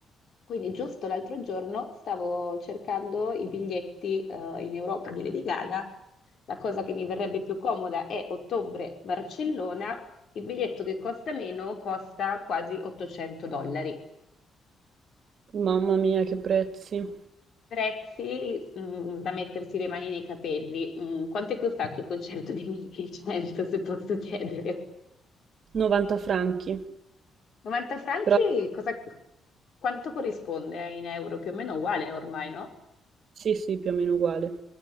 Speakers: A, on the left (about 60°); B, on the right (about 55°).
A: Quindi giusto l'altro giorno stavo cercando i biglietti eh, in Europa di Lady Gaga. La cosa che mi verrebbe più comoda è ottobre-Barcellona. Il biglietto che costa meno costa quasi 800 dollari.
B: Mamma mia, che prezzi!
A: Prezzi mm, da mettersi le mani nei capelli. Mm, quanto è costato il concerto di Michi? 100, se <laughs> posso chiedere.
B: 90 franchi,
A: 90 franchi,
B: però
A: cosa, quanto corrisponde in euro? Più o meno uguale ormai, no?
B: sì, sì, più o meno uguale.